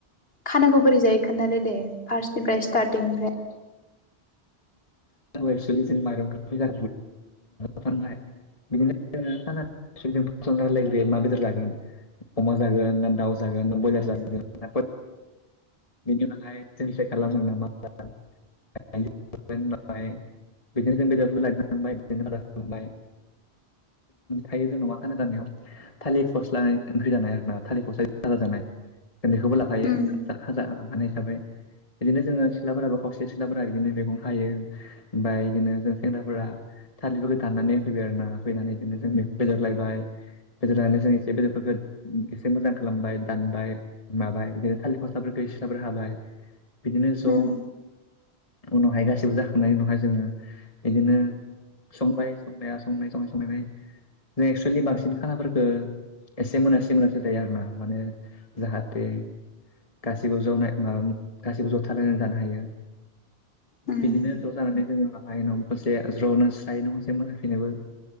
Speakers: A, on the left (about 65°); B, on the left (about 35°).
A: खानाखौ बोरै जायो खोन्थादो दे फार्स्टनिफ्राय स्टार्टिं
B: सारि एक्सुयेलि जों माइरंखो <unintelligible> फानबाय बिदिनो खाना जानायनि सिगां रायलायग्रोयो मा बेदर जागोन अमा जागोन ना दाउ जागोन ना ब्रयलार
A: उम
B: जागोन बेनि उनावहाय <unintelligible> बाय बिदिनो जों बेदरबो लायनाबाय बिनो खालामबाय थायो जोंनाव मा खाना जानायाव गामियाव थालिर फस्ला ओंख्रि जानाय आरो ना थालिर फस्ला राजाजा जानाय उन्दैखौबो लाखायोाजा
A: उम
B: ओखानाय हिसाबै बिदिनो जोङो सिख्लाफोराबो खावसे सिख्लाफोरा बिदिनो मेगं हायो ओमफ्राय इदिनो जों सेंग्राफोरा थालिरफोरखौ दाननानै होफैबाय आरो ना होफैनानै बिदिनो जों बेदर लायबाय बेदर लायनानै जों एसे बेदरफोरखौ एसे मोजां खालामबाय दानबाय माबाय बिदिनो थालिर फस्लाफोरखौ सिख्लाफोर हाबाय बिदिनो ज'नो
A: उम
B: उनाव हायदो गासिबो जाखांनायनि उनावहाय जोङो बिदिनो संबाय संनाया संनाय संनाय संनानै जों एक्सुयेलि बांसिन खानलाफोरखौ एसे मोनासे मोनासो जायो आरोना माने जाहाथे गासैबो ज'नो माबाम गासैबो ज' थालायनानै जानो हायो।
A: उम
B: बिदिनो ज' जानानै जोंनि उनावहाय नखरसे ज'नो स्राय न' गंसे मोसांफिनोबो